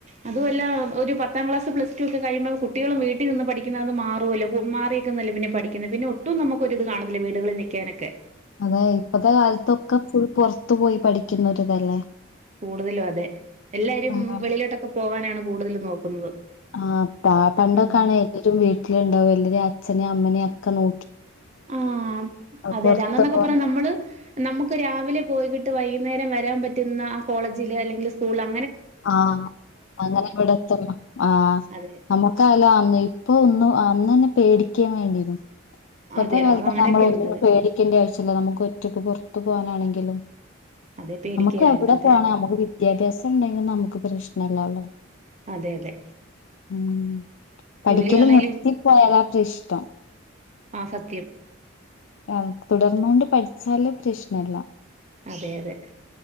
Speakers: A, on the right; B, on the left.
A: അതും അല്ല ഒരു പത്താം ക്ലാസ് പ്ലസ് ടു ഒക്കെ കഴിയുമ്പോ കുട്ടികളും വീട്ടിൽ നിന്ന് പഠിക്കുന്ന അത് മാറുമല്ലേ മാറിയക്കുന്നല്ല പിന്നെ പഠിക്കുന്നത് പിന്നെ ഒട്ടും നമുക്ക് ഒരിത് കാണുല്ല വീടുകളിൽ നിക്കാനൊക്കെ
B: അതെ ഇപ്പത്തെ കാലത്തൊക്കെ ഫുൾ പുറത്തു പോയി പഠിക്കുന്ന തല്ലേ
A: കൂടുതലും അതെ എല്ലാരും
B: ആഹ്
A: വെളിയിലോട്ടൊക്കെ പോവാനാണ് കൂടുതൽ നോക്കുന്നത്
B: ആഹ് പണ്ടൊക്കെ
A: ഉം
B: ആണേ എല്ലരും വീട്ടിലുണ്ടാവും ലിര് അച്ഛനേ അമ്മനേം ഒക്കെ നോ
A: ആഹ് അതെ
B: പുറത്ത്
A: അതെ അന്നൊന്നൊക്കെ
B: പോ
A: പറഞ്ഞ നമ്മള് നമുക്ക് രാവിലെ പോയികിട്ട് വൈയ്യുന്നേരം വരാൻ പ റ്റുന്ന ആ കോളേജില് അല്ലെങ്കിൽ സ്കൂളിലാ
B: ആഹ് അങ്ങനെ ഇവിടെത്തന്നെ ആഹ്
A: അതെ
B: നമ്മക്കല്ല അന്ന് ഇ ഇപ്പൊ ഒന്നും അന്നന്നെ പേടിക്കേം വേണ്ടേർന്നു ഇപ്പത്തെ
A: അതെടാ
B: കാലത്ത്
A: അത് അങ്ങനെയൊക്കെ
B: നമ്മൾ ഒന്നിനും
A: ഉണ്ട് അതെ
B: പേടിക്കേണ്ട ആവശ്യല്ല നമുക്ക് ഒറ്റക്ക് പൊറ ത്ത് പോവാനാണെങ്കിലും
A: അതെ പേടിക്കേ
B: നമുക്ക്
A: വേണ്ട
B: എവിടെ
A: അതെ
B: പോണം
A: അതെ
B: നമുക്ക് വിദ്യാഭ്യാസം ഇണ്ടെങ്കിൽ നമുക്ക് പ്രശ് നല്ലാലോ
A: അതെ അതെ
B: ഉം പഠിക്കല്
A: ജോലിയാണേലും
B: നിർത്തി പോയാലാ ഇഷ്ടം
A: ആ സത്യം
B: ആ തുടർന്നൊണ്ട് പഠിച്ചാല- ഇഷ്ട്ടം അല്ല
A: അതെ അതെ